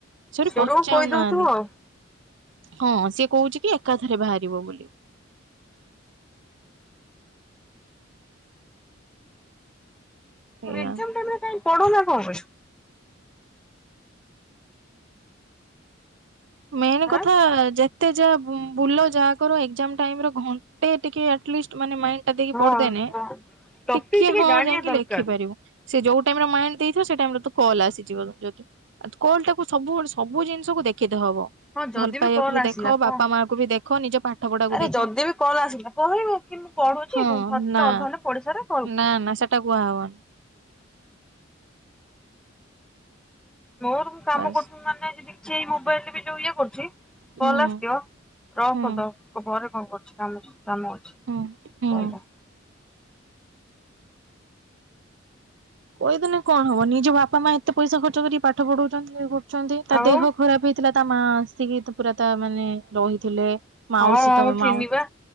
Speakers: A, on the right; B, in the centre.
A: ସରି
B: ସେଡୁକୁ
A: ପଚାରୁନାହାନ୍ତି
B: କହିଦଉଥିବ ଆଉ।
A: ହଁ ସିଏ କହୁଛି କି ଏକାଥରେ ବାହାରିବ ବୋଲି। ଏଇଆ।
B: ଏକ୍ସାମ୍ ଟାଇମରେ କାଇଁ ପଢ଼ୁନା କଣ ପାଇଁ?
A: ମେନ୍ କଥା
B: ଆଁ?
A: ଯେ ଯେତେ ଯାହା ବୁଲ ଯାହା କର ଏକ୍ସାମ୍ ଟାଇମରେ ଘଣ୍ଟେ ଟିକେ ଆଟଲିଷ୍ଟ ମାଇଣ୍ଡଟା ଦେଇକି
B: ହଁ
A: ପଢଦେନେ
B: ଟପିକ
A: ଟିକେ ହଁ
B: ଜାଣିବା
A: ଯାଇକି
B: ଦରକାର
A: ଲେଖିପାରିବୁ। ସେ ଯୋଉ ଟାଇମ ରେ ମାଇଣ୍ଡ ଦେଇଥିବ ସେ ଟାଇମ ରେ ତ କଲ୍ ଆସିଯିବ କଲ୍ ଟାକୁ ସବୁ ସବୁ ଜିନିଷକୁ ଦେଖ ହବ
B: ହଁ ଯଦି
A: ଭଲ ପାଇବାକୁ
B: କଲ୍
A: ବି
B: ଆସିଲା
A: ଦେଖ ବାପା
B: କହ।
A: ମାଆଙ୍କୁ ବି ଦେ କ ନିଜ ପାଠ ପଢାକୁ
B: ଆରେ
A: ଦେଖ।
B: ଯଦି ବି କଲ ଆସିଲା କହିବୁ କି ମୁଁ ପଢୁଛି
A: ହଁ
B: ଘଣ୍ଟେ
A: ନା
B: ଅଧଘଣ୍ଟେ ପଢ଼ିସାରେ କଲ୍
A: ନା ନା ସେଟା କୁହାହବନି
B: ମୋର ମୁଁ କାମ
A: ବାସ୍।
B: କରୁଥିଲି ମାନେ ସେଇ ମୋବାଇଲ ରେ ବି ଯୋଉ ଇଏ କରୁଛି। କଲ୍
A: ହୁଁ
B: ଆସିଥିବ <unintelligible> କରିଦବ
A: ହୁଁ
B: କହିବ ପରେ କଲ୍ କରୁଛି। କାମରେ। କାମ ଅଛି
A: ହୁଁ ହୁଁ।
B: କହିଲା।
A: କହିଦେଲେ କଣ ହବ ନିଜ ବାପା ମା ଏତେ ପଇସା ଖର୍ଚ୍ଚ କରିକି ପାଠ ପଢାଉଚନ୍ତି ଅଛନ୍ତି ତା
B: ଆଉ
A: ଦେହ ଖରାପ ହେଇ ଥିଲା ତା ମା ଆସିକି ପୁରା ତା ମାନେ ରହିଥିଲେ।
B: ହଁ
A: ମାଉସୀ
B: ହଁ
A: ତମ
B: ମୁଁ ଥିନି
A: ମାଉ
B: ବା